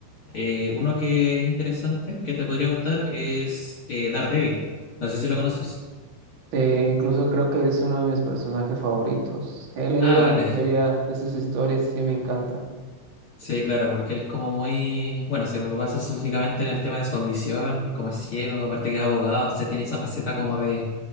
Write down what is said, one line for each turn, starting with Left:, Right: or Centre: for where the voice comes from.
Left: eh, uno que es interesante, que te podría gustar, es eh, Daredevil. No sé si lo conoces.
Right: Eh, incluso creo que es uno de mis personajes favoritos. He leído
Left: Ah, vale.
Right: la mayoría de sus historias y sí me encanta.
Left: Sí, claro, porque él es como muy, bueno, se lo basa únicamente en el tema de su audición, como es ciego, aparte que es abogado, entonces tiene esa faceta como de,